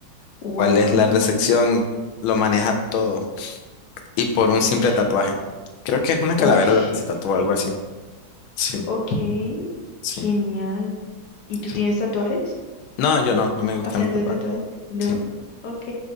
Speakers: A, on the left; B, on the left.
A: Wow.
B: cuál es la recepción, lo maneja todo. Y por
A: Ush.
B: un simple tatuaje. Creo que es una calavera
A: Ush.
B: lo que se tatuó, algo así. Sí,
A: Ok.
B: sí,
A: Genial. ¿Y tú
B: sí.
A: tienes tatuajes?
B: No, yo no, no me gustan
A: Hablando
B: los tatuajes.
A: de tatuajes, ¿no?
B: Sí.
A: Ok,